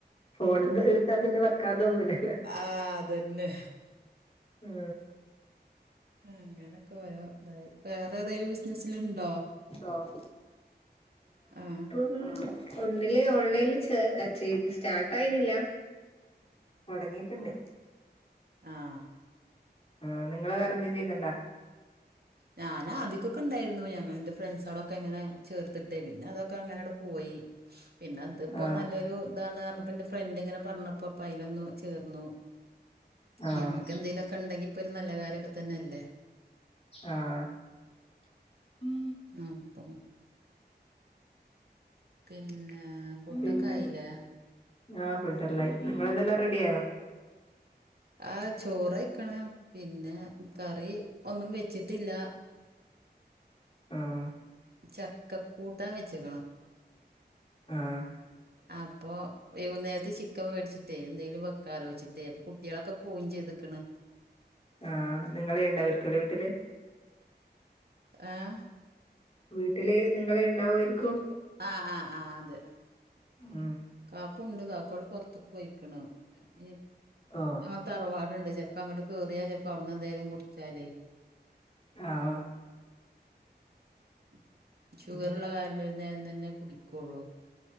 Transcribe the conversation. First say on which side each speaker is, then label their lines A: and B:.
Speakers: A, on the left; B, on the right.
A: ഫോണന്ന് എടുത്താ പിന്നെ വെക്കാൻ തോന്നുലാ
B: ആ അതന്നെ
A: ആഹ്
B: അങ്ങനെക്കെ വേ അതായി വേറെ ഏതേലു വി ബിസ്സിനസ്സില് ഉണ്ടോ
A: ആഹ്
B: ആ
A: ഉം ഒന്നില് ഓൺലൈനിൽ ചേർ ചെയ്ത് സ്റ്റാർട്ട് ആയിട്ടില്ല തുടങ്ങിട്ടുണ്ട്
B: ആഹ്
A: ആഹ് നിങ്ങള് വേറെ എന്തങ്കിലും ചെയ്യ്ന്ന്ണ്ടാ
B: ഞാനാ ആദ്യക്കൊക്കെ ഉണ്ടായിരുന്നു ഞങ്ങളെന്റെ ഫ്രണ്ട്സ ആളൊക്കെ ഇങ്ങനെ ചേർത്തിട്ടേ പിന്നെ അതൊക്കെ അങ്ങനെണ്ട് പോയി പിന്നെ അത്പ്പോ
A: ആഹ്
B: നല്ലൊരു ഇതാണ് പർഞ്ഞപ്പോ കാരണം പിന്നെ ഫ്രണ്ട് ഇങ്ങനെ പറഞ്ഞപ്പോപ്പ അയ്ലൊന്നു ചേർന്നു
A: ആഹ്
B: ഞമ്മക്ക് എന്തെലുക്കെ ഉണ്ടെങ്കി ഇപ്പ ഒരു നല്ല കാര്യൊക്കെ തന്നെ അല്ലേ
A: ആഹ്
B: അപ്പം പിന്നെ ഫുഡൊക്കെ
A: പിന്നെ
B: ആയില്ലേ
A: ആഹ് ഫട്ടലായി നിങ്ങളതെല്ലാം റെഡിയാവോ
B: ആഹ് ചോറയ്ക്ക്ണ് പിന്നെ കറി ഒന്നും വെച്ചിട്ടില്ല
A: ആഹ്
B: ചക്ക കൂട്ടാൻ വെച്ച്ക്ക്ണ്
A: ആഹ്
B: അപ്പൊ വെയ്കുന്നേരത്ത് ചിക്കൻ മേടിച്ചിട്ടേ എന്തെിലും കാലോെിച്ചിട്ടേ അപ്പൊ കുട്ടികളൊക്കെ പോയിം ചെയ്തുക്ക്ണ്
A: ആഹ് നിങ്ങളേ ഉണ്ടാവരിക്കല്ലേ വീട്ടില്
B: ആഹ്
A: വീട്ടില് നിങ്ങള ഇണ്ടാവുമായിരിക്കും
B: ആഹ് ആഹ് ആഹ് അതെ
A: ഉം
B: കാക്കുണ്ട് കാക്കോട് പൊർത്തേക്ക് പോയിക്കണ് അ
A: ആഹ്
B: നമ്മടെ തറവാടുണ്ട് ചിലപ്പോ അങ്ങട്ട് കേറിയാ ചിലപ്പോ അവിട്ന്ന് എന്തേലും കുടിച്ചാലേ
A: ആഹ്
B: <unintelligible> ഷുഗറുള്ള
A: ഉം
B: കാരണം ഒരു നേരം തന്നെ കുടിക്കുള്ളൂ